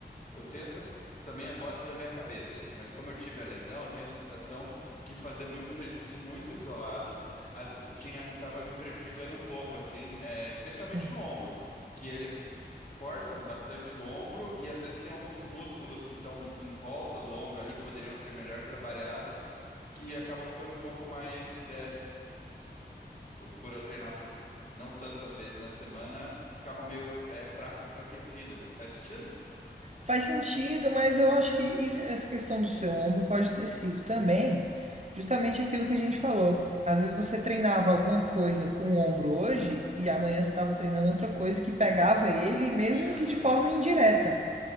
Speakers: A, on the left; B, on the right.
A: eu tenho essa. Também é voz da minha cabeça isso, mas como eu tive a lesão, eu tenho a sensação que fazer muito exercício muito isolado às, ve- tinha, estava me prejudicando um pouco, assim, é, especialmente
B: sim.
A: no ombro que ele força bastante o ombro e às vezes tem alguns músculos que estão em volta do ombro ali que poderiam ser melhor trabalhados, que acabam ficando um pouco mais é, por, por eu treinar por não tantas vezes na semana, ficavam meio é, fraco, enfraquecido assim. Faz sentido?
B: Faz sentido, mas eu acho que isso- essa questão do seu ombro pode ter sido também justamente aquilo que a gente falou. Às vezes você treinava alguma coisa com o ombro hoje e amanhã você estava treinando outra coisa que pegava ele, mesmo
A: Pegava
B: que de
A: também,
B: forma
A: né?
B: indireta,